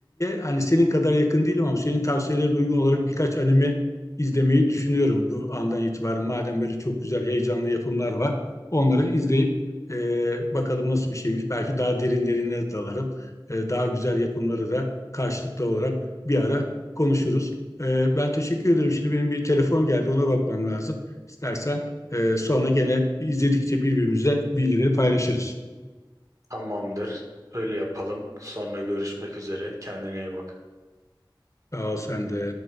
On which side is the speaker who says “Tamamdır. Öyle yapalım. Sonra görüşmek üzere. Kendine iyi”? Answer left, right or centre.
Right